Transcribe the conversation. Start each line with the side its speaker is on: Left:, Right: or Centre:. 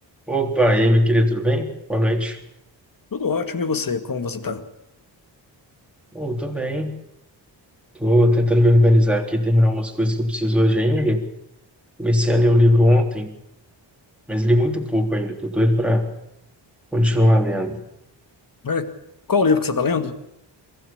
Centre: Opa, e aí, meu querido, tudo bem? Boa noite.
Left: Tudo ótimo. E você? Como você tá?
Centre: Oh, tô bem. Tô tentando me organizar aqui, terminar umas coisas que eu preciso hoje ainda. Comecei a ler o livro ontem, mas li muito pouco ainda. Tô doido para continuar lendo.
Left: É, Qual o livro que você tá lendo?